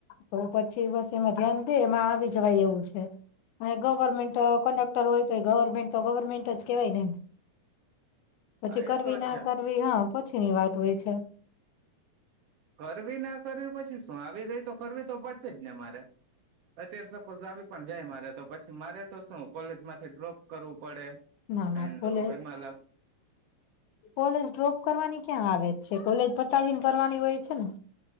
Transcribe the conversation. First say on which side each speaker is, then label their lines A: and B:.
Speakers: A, on the left; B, on the right.
A: તો પછી બસ એમાં ધ્યાન દે એમાં આવી જવાય એવું છે, અને ગવર્મેન્ટ કન્ડક્ટર હોય તો ગવર્મેન્ટ તો ગવર્મેન્ટ જ કેવાય ને. પછી
B: હા
A: કરવી
B: એ તો
A: ના
B: છે
A: કરવી હા પછી તે ની વાત હોય છે.
B: કરવી ના કરવી પછી શું આવી ગઈ તો કરવી તો પડશે જ ને મારે, અત્યારે સપોઝ આવી પણ જાય મારે તો પછી મારે તો શું કોલેજ માંથી ડ્રોપ કરવું પડે
A: ના ના
B: એન્ડ
A: કોલે
B: એમાં લાગ
A: કોલેજ ડ્રોપ કરવાની ક્યાં આવે છે. કોલેજ પતાવીને કરવાની હોય છે ને.